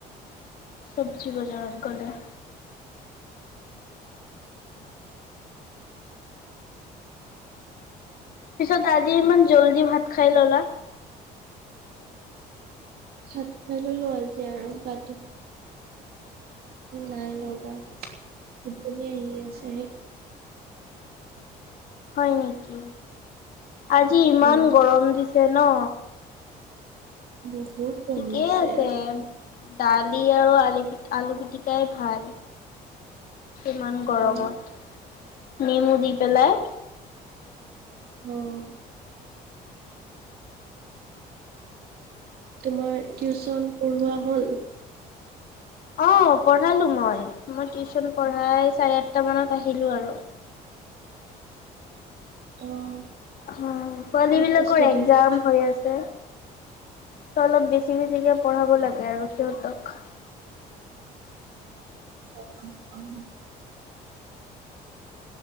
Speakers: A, on the left (about 60°); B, on the right (about 65°).
A: চব্জি বজাৰত গলে পিছত আজি ইমান জল্দি ভাত খাই ললা
B: চাত চাই ললো আজি আৰু গাটো নাই, নাই লগা টোপনি আহি আছে সেইকাৰ
A: হয় নেকি আজি ইমান
B: উম
A: গৰম দিছে ন
B: বহুত কমিছে
A: ঠিকেই আছে
B: আজি
A: দালি আৰু আলি আলু পিটিকাই ভাল ইমান গৰমত
B: অ
A: নেমু দি পেলাই
B: উম। তোমাৰ টিউচন পঢ়োৱা হল
A: অ', পঢ়ালো মই মই টিউচন পঢ়াই চাৰে আঠটা মানত আহিলো আৰু
B: অ',
A: অ', পোৱালী
B: কেইটা
A: বিলাকৰ
B: ষ্টুডেন্ট
A: এক্সযাম হৈ আছে ত অলপ বেছি বেছিকে পঢ়াব লাগে আৰু সিহঁতক
B: উ, উ